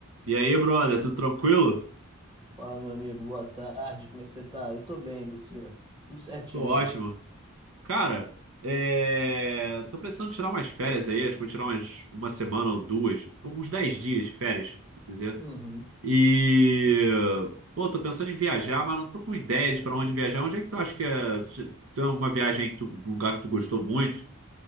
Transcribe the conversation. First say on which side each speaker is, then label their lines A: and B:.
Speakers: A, on the right; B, on the right.
A: E aí, brother, tudo tranquilo?
B: Fala, meu amigo, boa tarde, como é que você tá? Eu tô bem, e você? Tudo certinho
A: Tô ótimo.
B: aqui.
A: Cara, é... tô precisando tirar umas férias aí, acho que vou tirar umas uma semana ou duas, uns 10 dias de férias, vou dizer.
B: Uhum.
A: E, pô, tô pensando em viajar, mas não tô com ideia de pra onde viajar. Onde é que tu acha que é... Tu já- tu é uma viagem, que tu... um lugar que tu gostou muito